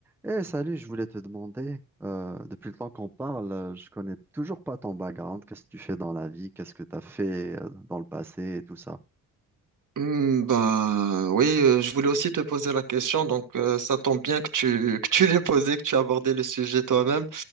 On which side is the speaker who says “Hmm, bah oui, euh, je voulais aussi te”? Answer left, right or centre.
Right